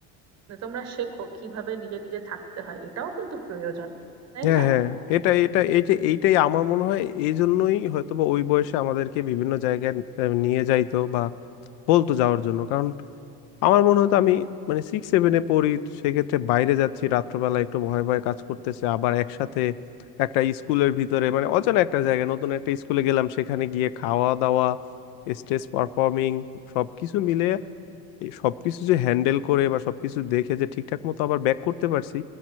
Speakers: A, on the right; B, on the left.
A: যে তোমরা শেখো কিভাবে নিজে নিজে থাকতে হয় এটাও কিন্তু প্রয়োজন তাই
B: হ্যাঁ
A: না
B: হ্যাঁ এটা এটা এই যে এইটাই আমার মনে হয় এই জন্যই হয়তো বা ওই বয়সে আমাদেরকে বিভিন্ন জায়গায় আহ, নিয়ে যাইতো বা বলতো যাওয়ার জন্য কারণ আমার মনে হতো আমি মানে সিক্স সেভেনে পড়ি সেক্ষেত্রে বাইরে যাচ্ছি রাত্রবেলা একটু ভয় ভয় কাজ করতেছে আবার একসাথে একটা স্কুলের ভিতরে মানে অচেনা একটা জায়গায় নতুন একটা স্কুলে গেলাম সেখানে গিয়ে খাওয়া দাওয়া স্টেজ পারফর্মিং সবকিছু মিলে এই সবকিছু যে হ্যান্ডেল করে বা সবকিছু দেখে যে ঠিকঠাক মতো আবার ব্যাক করতে পারছি